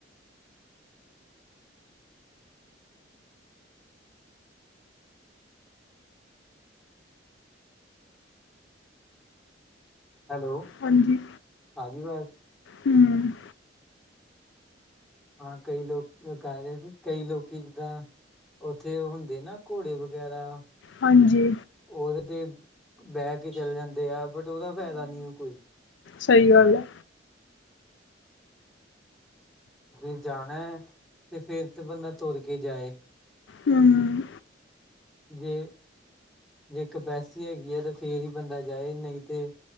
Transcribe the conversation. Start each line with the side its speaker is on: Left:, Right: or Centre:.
Centre: hello.
Left: ਹਾਂਜੀ।
Centre: ਆਗੀ ਵਾਜ?
Left: ਹੂੰ।
Centre: ਹਾਂ ਕਈ ਲੋਕ ਏ ਕੈ ਰੇ ਸੀ, ਕਈ ਲੋਕੀ ਜਿੱਦਾਂ ਓਥੇ ਓ ਹੁੰਦੇ ਨਾ ਘੋੜੇ ਵਗੈਰਾ
Left: ਹਾਂਜੀ।
Centre: ਓ ਕਿਤੇ ਬੈ ਕੇ ਚੱਲ ਜਾਂਦੇ ਆ ਬਟ ਓਦਾ ਫੈਦਾ ਨੀ ਓ ਕੋਈ।
Left: ਸਈ ਗੱਲ ਐ।
Centre: ਜੇ ਜਾਨੈ ਤੇ ਫੇਰ ਤੇ ਬੰਦਾ ਤੋਰ ਕੇ ਜਾਏ
Left: ਹੂੰ।
Centre: ਜੇ, ਜੇ ਕਪੈਸਟੀ ਹੈਗੀ ਆ ਤਾਂ ਫੇਰ ਈ ਬੰਦਾ ਜਾਏ ਨਈ ਤੇ